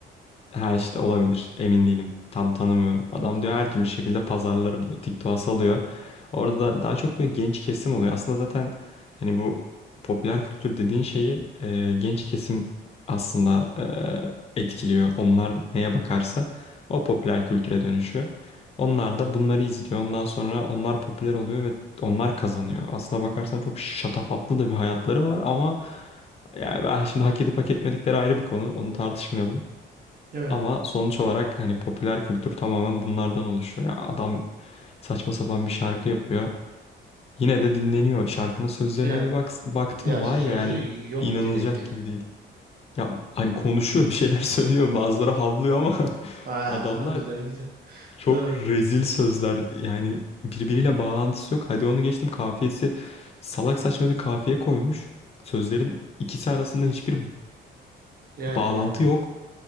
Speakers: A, on the left; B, on the right.
A: Ha işte olabilir. Emin değilim. Tam tanımıyorum. Adam
B: Hı hı.
A: diyor her türlü şekilde pazarlarım diyor. TikTok'a salıyor. Orada da daha çok böyle genç kesim oluyor. Aslında zaten hani bu popüler kültür dediğin şeyi e, genç kesim aslında e, etkiliyor. Onlar neye bakarsa o popüler kültüre dönüşüyor. Onlar da bunları izliyor. Ondan sonra onlar popüler oluyor ve onlar kazanıyor. Aslına bakarsan çok şatafatlı da bir hayatları var ama yani ben şimdi hak edip hak etmedikleri ayrı bir konu. Onu tartışmayalım.
B: Evet.
A: Ama sonuç olarak hani popüler kültür tamamen bunlardan oluşuyor. Ya adam saçma sapan bir şarkı yapıyor. Yine de dinleniyor. Şarkının sözlerine
B: Yani.
A: bir bak baktım
B: Ya
A: var
B: sözü
A: ya yani
B: yok
A: inanılacak
B: direkt yani.
A: gibi değil. Ya hani konuşuyor bir şeyler <laughs> söylüyor bazıları havlıyor ama <laughs>
B: Aa,
A: adamlar
B: o güzel güzel.
A: çok
B: Doğru.
A: rezil sözler yani birbiriyle bağlantısı yok. Hadi onu geçtim kafiyesi salak saçma bir kafiye koymuş. Sözlerin ikisi arasında hiçbir
B: Yani
A: bağlantı
B: yani.
A: yok.